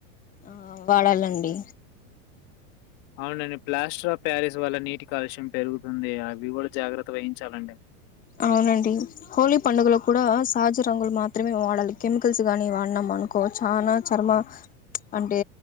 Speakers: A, on the left; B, on the left.
A: ఆ వాడలండి.
B: అవునండి ప్లాస్టర్ ఆఫ్ ప్యారిస్ వల్ల నీటి కాలుష్యం పెరుగుతుంది అవి కూడా జాగ్రత్త వహించాలండి
A: అవునండి హోలీ పండుగలో కూడా సహజ రంగులు మాత్రమే వాడాలి కెమికల్స్ గానీ వాడినం అనుకో చానా చర్మ
B: హ్మ్.
A: అంటే అంటే